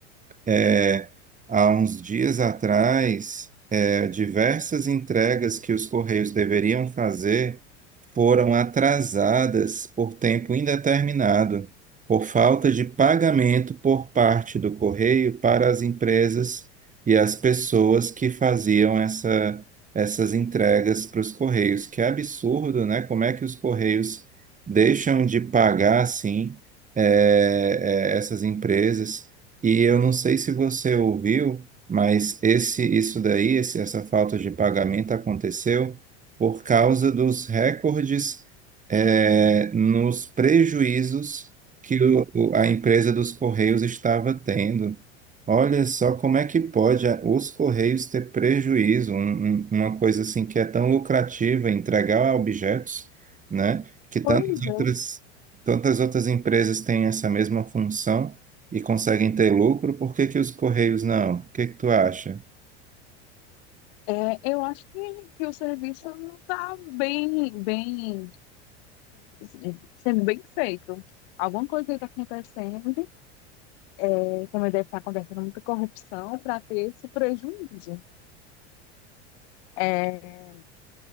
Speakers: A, on the right; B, on the left.
A: é, há uns dias atrás, é, diversas entregas que os Correios deveriam fazer foram atrasadas por tempo indeterminado, por falta de pagamento por parte do correio para as empresas e as pessoas que faziam essa, essas entregas para os correios. Que absurdo, né? Como é que os correios deixam de pagar assim eh, eh, essas empresas? E eu não sei se você ouviu, mas esse, isso daí, esse- essa falta de pagamento aconteceu por causa dos recordes, eh, nos prejuízos que o- o- a empresa dos Correios estava tendo. Olha só como é que pode a- os Correios ter prejuízo, um- um- uma coisa assim que é tão lucrativa, entregar objetos, né? Que tantas
B: Pois
A: outras, tantas outras empresas têm essa mesma função e conseguem ter lucro, por que que os Correios não? O que que tu acha?
B: é, é, eu acho que, que o serviço não está bem, bem, sem- sendo bem feito. Alguma coisa está acontecendo, é, também deve estar acontecendo muita corrupção para ter esse prejuízo. É,